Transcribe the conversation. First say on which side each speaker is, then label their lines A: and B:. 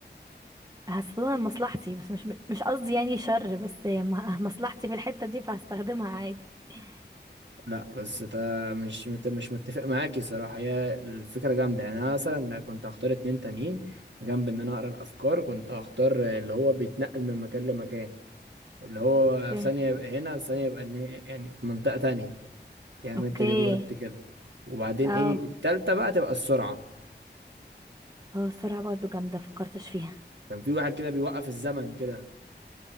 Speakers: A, on the right (about 20°); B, on the right (about 80°).
A: هستخدمها لمصلحتي بس مش مش قصدي يعني شر بس م- مصلحتي في الحتة دي فهستخدمها عادي <laughs>
B: لا بس ده مش مت- مش متفق معاكي صراحة هي الفكرة جامدة يعني أنا مثلا كنت هختار اتنين تانيين جنب إن أنا أقرأ الأفكار كنت هختار اللي هو بيتنقل من مكان لمكان اللي هو
A: اوكي
B: في ثانية يبقى هنا في ثانية يبقى إن هي- يعني في منطقة تانية يعمل
A: اوكي.
B: تليبورت كده وبعدين
A: اه
B: إيه التالتة بقى تبقى السرعة
A: اه السرعة برضو جامدة مفكرتش فيها
B: كان في واحد كده بيوقف الزمن كده